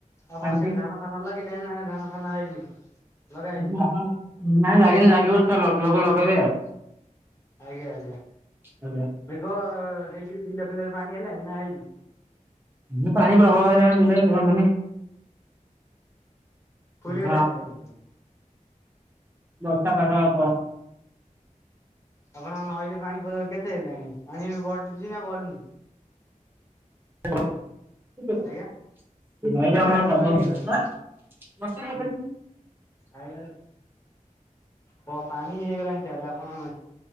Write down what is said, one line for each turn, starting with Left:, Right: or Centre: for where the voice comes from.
Left: ଆପଣ
Right: ଶାନ୍ତି।
Left: ସେଠି ଧାନ ଫାନ ଲଗେଇଲେ ନା ଧାନ ଫାନ ହେଇନି। ଲଗା ହେଇନି
Right: ଉଁ ଧାନର ନାଇଁ ଲାଗିନି ଲାଗିବ ଏଥ ଲ ଲଗେଇବେ ଆଉ।
Left: ଆଜ୍ଞା ଆଜ୍ଞା
Right: ଆଜ୍ଞା।
Left: ମେଘ ହେଇକିରି ବିଲ ଫିଲରେ ପାଣି ହେଲାଣିି ନା ହେଇନି।
Right: ହୁଁ ପାଣି ପ୍ରବଳ ହେଲାଣି ବିଲରେ କୁହନ୍ତୁନି।
Left: ଫୁଲ
Right: <unintelligible>
Left: ହେଲାଣି ପାଣି ପୁରା।
Right: ବର୍ଷା ପାଗ କ
Left: ଆପଣଙ୍କ ନଈରେ ପାଣି ପଯ କେତେ ହେଲାଣି ପାଣି ବଢୁଛି ନା ବଢୁନି।
Right: <unintelligible>
Left: ଆଜ୍ଞା
Right: ନଈରେ
Left: କଅଁଳ
Right: ହଁ ପ୍ରବଳ
Left: ପାଣି ହେଇଗଲାଣି
Right: ପାଣି। ସେପ
Left: ଆଜ୍ଞା। ପ ପାଣି ହେଇଗଲାଣି ତାହେଲେ ଆପଣ